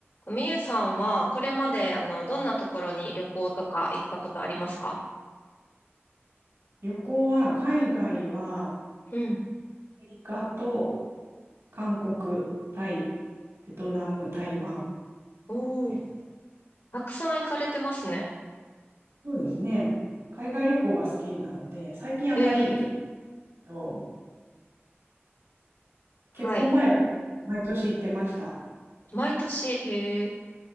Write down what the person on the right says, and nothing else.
旅行は、海外は、ア
メリカと韓国、タイ、ベトナム、台湾
です。
そうですね。海外旅行が好きなので、最近あまり行けないけ
ど、
結婚前は毎年行ってました。